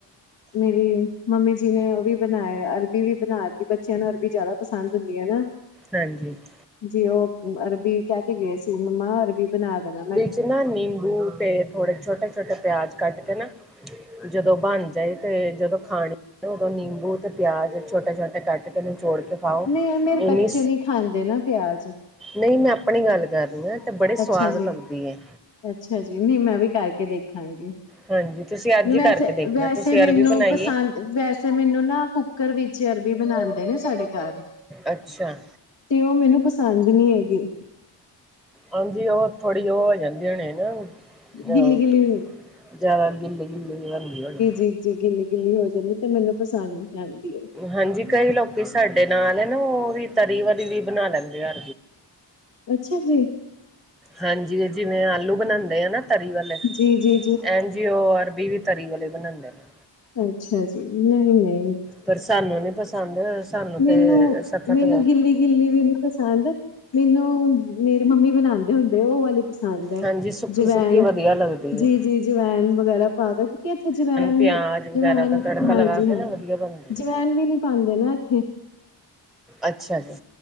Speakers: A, on the left; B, in the centre.
A: ਮੇਰੀ ਮੰਮੀ ਜੀ ਨੇ ਓਵੀ ਬੇਨਾਤੀ ਅਰਬੀ ਵੀ। ਬੱਚਿਆਂ ਨੂੰ ਅਰਬੀ ਜ਼ਾਦਾ ਪਸੰਦ ਹੁੰਦੀ ਏ ਨਾ।
B: ਹਾਂਜੀ <unintelligible>
A: ਜੀ ਓ ਅਰਬੀ ਕੀਹ ਕੇ ਗਏ ਸੀ ਮੰਮਾ ਅਰਬੀ ਬਣਾ ਦੇਣਾ ਮੈਂ।
B: ਏਹਨਾਂ ਨਿੰਬੂ ਤੇ ਥੋੜੇ ਛੋਟੇ ਛੋਟੇ ਪਿਆਜ ਕੱਟ ਕੇ ਨਾ। ਜਦੋਂ ਬਣ ਜਾਏ ਤੇ ਜਦੋਂ ਖਾਣੇ ਉਦੋਂ ਨਿੰਬੂ ਤੇ ਪਿਆਜ ਛੋਟੇ ਛੋਟੇ ਕੱਟ। ਅਤੇ ਇਹਨੂੰ ਜੋੜ ਕੇ ਪਾਓ
A: ਨਹੀਂ ਮੇਰੇ
B: ਇਨੀ।
A: ਬੱਚੇ ਨੀ ਖਾਂਦੇ ਨਾ ਪਿਆਜ
B: ਨਹੀਂ ਮੈਂ ਆਪਣੀ ਗੱਲ ਕਰ ਰਹੀ ਆ ਤੇ ਬੜੇ
A: ਅੱਛਾ
B: ਸਵਾਦ
A: ਜੀ
B: ਬਣਾਦੀ।
A: ਅੱਛਾ, ਜੀ ਨਹੀਂ ਮੈਂ ਵੀ ਕਰਕੇ ਦੇਖਾਂਗੀ।
B: ਹਾਂਜੀ ਤੁਸੀਂ ਅੱਜ ਹੀ
A: ਵੈਸੇ
B: ਕਰਕੇ ਦੇਖਣਾ
A: ਵੈਸੇ
B: ਤੁਸੀਂ
A: ਮੈਨੂੰ
B: ਅਰਬੀ ਬਣਾਈਏ
A: ਪਸੰਦ। ਵੈਸੇ ਮੈਨੂੰ ਨਾ ਕੁੱਕਰ ਵਿੱਚ ਅਰਬੀ ਬਣਾਉਂਦੇ ਨੇ ਸਾਡੇ ਘਰ।
B: ਅੱਛਾ।
A: ਤੇ ਉਹ ਮੈਨੂੰ ਪਸੰਦ ਨੀ ਹੈਗੇ।
B: ਹਾਂਜੀ, ਉਹ ਥੋੜੀ ਉਹ ਹੋ ਜਾਂਦੀ ਹੋਣੇ ਨਾ। ਆਹੋ
A: ਗਿੱਲੀ ਗਿੱਲੀ
B: ਜਿਆਦਾ ਗਿੱਲੇ-ਗਿੱਲੇ ਬਣਦੀ ਹੋਣੀ।
A: ਤੀਜੀ ਕਿੰਨੀ ਗਿੱਲੀ ਹੋ ਜਾਂਦੀ ਤੇ ਮੈਨੂੰ ਪਸੰਦ ਨਹੀਂ ਆਦੀ ਉਹ
B: ਹਾਂਜੀ, ਕਈ ਲੋਕੀ ਸਾਡੇ ਨਾਲ ਹੈ ਨਾ ਉਹ ਵੀ ਤਰੀ ਵਾਲੀ ਵੀ ਬਣਾ ਲੈਂਦੇ ਆ।
A: ਅੱਛਾ ਜੀ,
B: ਹਾਂਜੀ ਜਿਵੇਂ ਆਲੂ ਬਣਾਉਦੇ ਆ ਨਾ ਤਰੀ ਵਾਲੇ
A: ਜੀ ਜੀ
B: ਐਂ ਜੀ ਉਹ ਅਰਬੀ ਵੀ ਤਰੀ ਵਾਲੇ ਬਣਾਦੇ ਨੇ,
A: ਅੱਛਾ ਜੀ, ਨਹੀਂ-ਨਹੀਂ,
B: ਪਰ ਸਾਨੂੰ ਨੀ ਪਸੰਦ ਸਾਨੂੰ ਤੇ
A: ਮੈਨੂੰ
B: ਸਖਤ
A: ਮੈਨੂੰ
B: ਵਾ
A: ਗਿੱਲੀ ਗਿੱਲੀ ਵੀ ਨੂੰ ਪਸੰਦ, ਮੈਨੂੰ ਮੇਰੀ ਮੰਮੀ ਬਣਾਦੇ ਹੁੰਦੇ ਉਹ ਵਾਲੀ, ਖਾਦਾ
B: ਹਾਂਜੀ ਸੁੱਕੀ
A: ਜਵੈਨ
B: ਸੁੱਕੀ ਵਧੀਆ ਲੱਗਦੀ
A: ਜੀ
B: ਹੈ
A: ਜੀ ਜਵੈਨ ਵਗੈਰਾ ਪਾ ਦੋ, ਕਿ ਇੱਥੇ ਜਵੈਨ
B: ਪਿਆਜ
A: ਨੀ
B: ਵਗੈਰਾ
A: ਜਵੈਨ
B: ਦਾ ਤੜਕਾ
A: ਹਾਂਜੀ
B: ਲਗਾ ਕੇ
A: ਹਾਂ
B: ਨਾ ਵਧੀਆ ਬਣਦੀ ਹੈ
A: ਜਵੈਨ ਵੀ ਨੀ ਪਾਦੇ ਨਾ ਇੱਥੇ
B: ਅੱਛਾ ਜੀ,